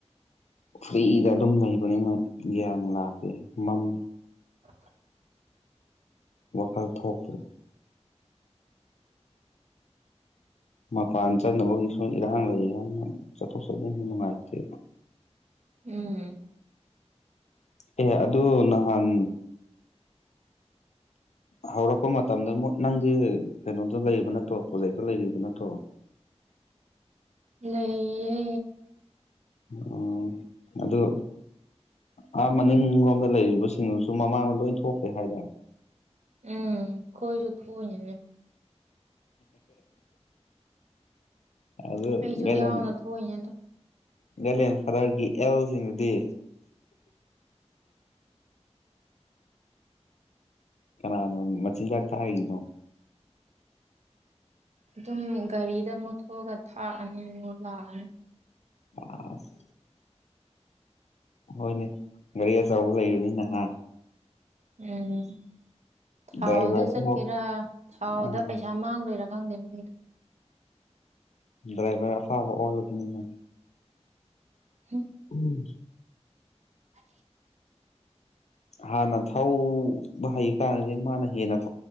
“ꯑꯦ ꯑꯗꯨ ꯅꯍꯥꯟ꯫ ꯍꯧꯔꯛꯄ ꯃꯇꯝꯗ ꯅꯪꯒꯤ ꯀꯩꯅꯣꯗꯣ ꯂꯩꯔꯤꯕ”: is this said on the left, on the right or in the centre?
Left